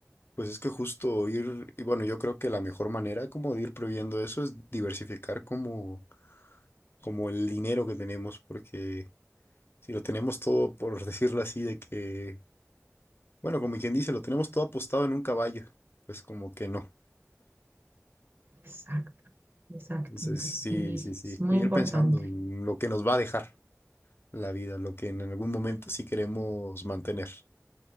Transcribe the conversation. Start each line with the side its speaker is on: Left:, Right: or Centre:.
Left: Pues es que justo ir, y bueno, yo creo que la mejor manera como de ir previendo eso es diversificar como como el dinero que tenemos, porque si lo tenemos todo, por decirlo así, de que, bueno, como quien dice, lo tenemos todo apostado en un caballo, pues como que no.
Right: Exacto, exacto.
Left: Entonces, sí,
Right: Eh,
Left: sí, sí,
Right: Es muy
Left: ir
Right: importante.
Left: pensando en lo que nos va a dejar la vida, lo que en algún momento sí queremos mantener,